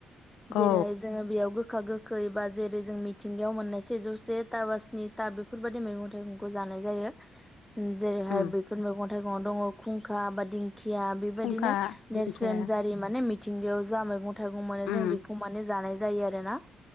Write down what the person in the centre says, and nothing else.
जेरै
जोङो बेयाव गोखा गोखै बा जेरै जों मिथिंगायाव मोननाय सेजौ से था बा स्नि था बेफोरबायदि मैगं थाइगंखौ जानाय जायो। जेरैहाय
बेफोर मैगं थाइगङाव दङ' खुंखा बा दिं खिया बेबायदिनो
नेरसोन जारि माने मिथिंगायाव जा मैगं थाइगं माने
जों बेखौ माने जानाय जायो आरो ना